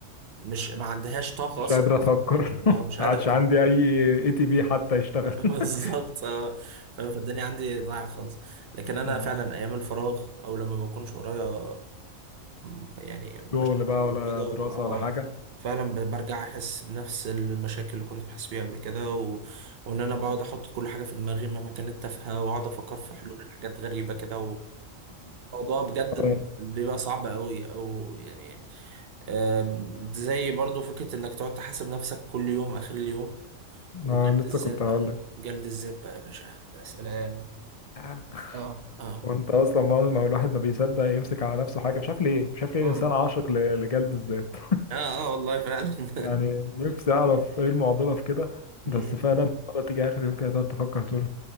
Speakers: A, on the right; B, on the left.
A: مش ما عندهاش طاقة
B: مش
A: اصلا
B: قادر
A: إنها
B: افكر
A: تفكر
B: <laughs>
A: اه مش
B: ما
A: قادرة
B: عادش
A: تفكر
B: عندي اي اي تي بي حتى يشتغل
A: <laughs>
B: <laughs>
A: بالظبط اه فاهم فالدنيا عندي ضايعة خالص لكن انا
B: آه،
A: فعلا ايام الفراغ او لما ما بكونش ورايا م- يعني
B: شغل
A: مشاكل
B: بقى ولا
A: وكده
B: دراسة
A: و- اه
B: ولا حاجة
A: آه، فعلا ب- برجع احس بنفس المشاكل اللي كنت بحس بيها قبل كده و... وان انا بقعد احط كل حاجه في دماغي مهما كانت تافهه واقعد افكر في حلول حاجات غريبه كده وموضوع بجد
B: اه
A: بيبقى صعب قوي او يعني آم، زي برضو فكره انك تقعد تحاسب نفسك كل يوم اخر اليوم وجلد
B: آه، لسه
A: الذات
B: كنت
A: بقى
B: هقول لك
A: جلد الذات بقى يا باشا يا سلام
B: <laughs>
A: اه اه
B: وانت اصلا ما ما الواحد ما بيصدق يمسك على نفسه حاجة مش عارف ليه مش عارف ليه
A: اه
B: الانسان عاشق ل- لجلد الذات
A: اه آه والله فعلا
B: <laughs>
A: <laughs>
B: يعني نفسي اعرف ايه المعضلة في كده
A: مم.
B: بس فعلا المعضلة تيجي اخر يوم كده تقعد تفكر تقول